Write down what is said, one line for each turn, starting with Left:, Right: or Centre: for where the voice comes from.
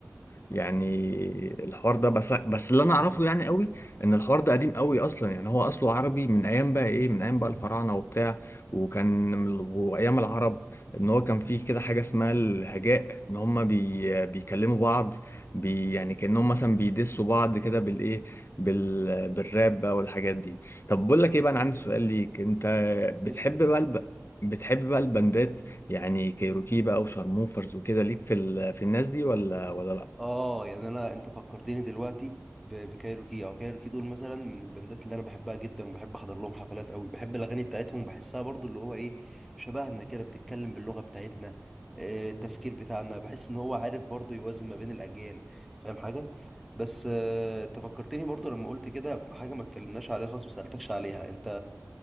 Left: يعني الحوار ده بس بس اللي انا اعرفه يعني قوي ان الحوار ده قديم قوي اصلا يعني هو اصله عربي من ايام بقى ايه من ايام بقى الفراعنه وبتاع وكان من ال- وايام العرب ان هو كان فيه كده حاجه اسمها الهجاء ان هم بي بيكلموا بعض بي يعني كانهم مثلا بيدسوا بعض كده بالايه بال بالراب بقى والحاجات دي طب بقول لك ايه بقى انا عندي سؤال ليك انت بتحب
Centre: لسه
Left: بقى الب... بتحب بقى البندات يعني كايروكي بقى وشارموفرز وكده ليك في ال... في الناس دي ولا ولا لا
Centre: اه يعني انا انت فكرتني دلوقتي ب- بكايروكي او كايروكي دول مثلا من البندات اللي انا بحبها جدا وبحب احضر لهم حفلات قوي بحب الاغاني بتاعتهم وبحسها برضو اللي هو ايه شبهنا كده بتتكلم باللغه بتاعتنا آه، التفكير بتاعنا بحس ان هو عارف برضو يوازن ما بين الاجيال فاهم حاجه بس آه، انت فكرتني برضو لما قلت كده حاجه ما اتكلمناش عليها خالص ما سالتكش عليها انت